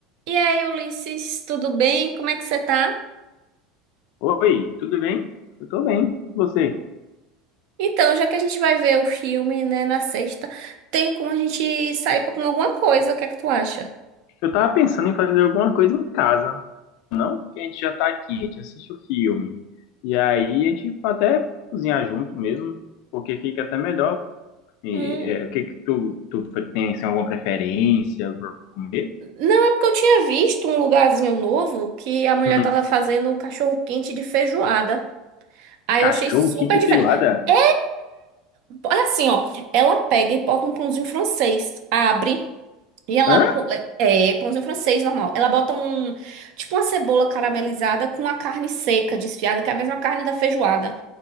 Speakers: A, on the right; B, on the left.
A: E aí, Ulisses, tudo bem? Como é que você tá?
B: Oi, tudo bem? Eu tô bem. E você?
A: Então, já que a gente vai ver o filme, né, na sexta, tem como a gente sair pra comer alguma coisa? O que é que tu acha?
B: Eu tava pensando em fazer alguma coisa em casa, não? Porque a gente já tá aqui, a gente assiste o filme. E aí a gente pode até cozinhar junto mesmo, porque fica até melhor. E,
A: Hum,
B: é, o que que tu, tu tem assim, alguma preferência pra comer?
A: não, é porque eu tinha visto um lugarzinho novo que a mulher
B: Hum,
A: tava fazendo um cachorro-quente de feijoada. Aí
B: cachorro,
A: eu achei super
B: quente
A: diferente.
B: e feijoada?
A: É é assim, ó, ela pega e bota um pãozinho francês, abre e ela
B: Hã?
A: co- é, é, pãozinho francês normal. Ela bota um tipo uma cebola caramelizada com a carne seca desfiada, que é a mesma carne da feijoada.